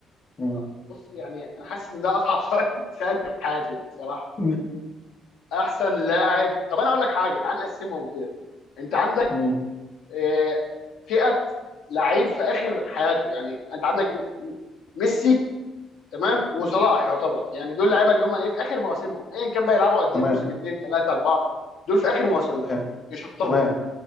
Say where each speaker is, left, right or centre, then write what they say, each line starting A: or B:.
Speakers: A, on the left; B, on the left.
A: مم.
B: اه بص يعني انا حاسس ان ده اصعب سؤال <laughs> اتسالت في حياتي بصراحه
A: مم.
B: احسن لاعب طب انا اقول لك حاجه تعال نقسمهم كده انت عندك
A: مم.
B: آه فئه لعيب في اخر حياته يعني انت عندك ميسي تمام وصلاح يعتبر يعني دول لعيبه اللي هم ايه في اخر مواسمهم ايا كان بقى يلعبوا قد
A: تمام
B: ايه موسم اثنين ثلاثه اربعه دول في اخر مواسمهم
A: تمام
B: يشطبوا
A: تمام